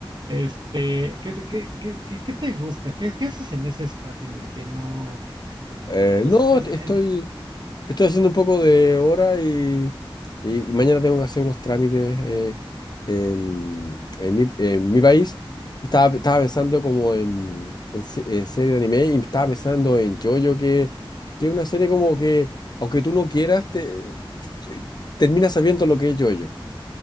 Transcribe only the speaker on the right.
Este, ¿qué te, qué, qué, qué, qué te gusta? ¿Qué, qué haces en ese espacio en el que no?
Pues,
en,
en-